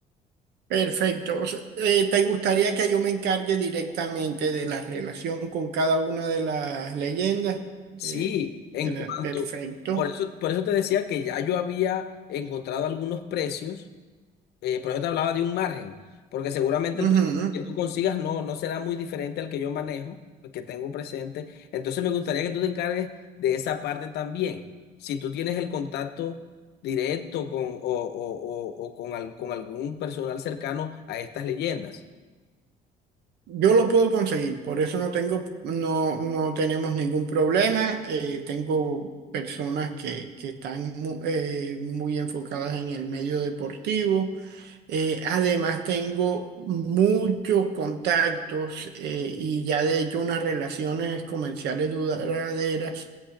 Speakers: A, on the right; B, on the left.
A: Perfecto. O sea, eh, ¿te gustaría que yo me encargue directamente de la relación con cada una de las leyendas? De,
B: Sí, en
A: de la-
B: cuanto,
A: perfecto.
B: por eso, por eso te decía que ya yo había encontrado algunos precios, eh, por eso te hablaba de un margen, porque seguramente
A: Ujú.
B: el precio que tú consigas no, no será muy diferente al que yo manejo, al que tengo presente. Entonces me gustaría que tú te encargues de esa parte también. Si tú tienes el contacto directo con, o, o- o- o con, al- con algún personal cercano a estas leyendas.
A: Yo lo puedo conseguir, por eso no tengo, no, no tenemos ningún problema. Eh, tengo personas que, que están mu- eh, muy enfocadas en el medio deportivo Eh, además, tengo muchos contactos eh, y ya de hecho unas relaciones comerciales duraderas